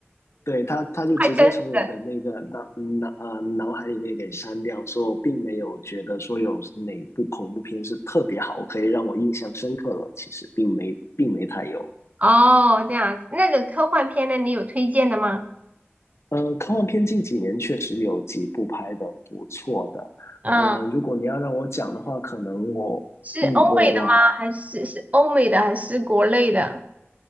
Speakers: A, on the left; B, on the right.
A: 对，他他就直接从我的那个脑脑呃脑海里面给删掉，
B: 快消费的。
A: 所以我并没有觉得说有哪部恐怖片是特别好，可以让我印象深刻的，其实并没并没太有。
B: 哦，这样子，那个科幻片呢，你有推荐的吗？
A: 呃，科幻片近几年确实有几部拍的不错的。
B: 嗯，
A: 呃，如果你要让我讲的话，可能我嗯我我
B: 是欧美的吗？还是是欧美的还是国内的？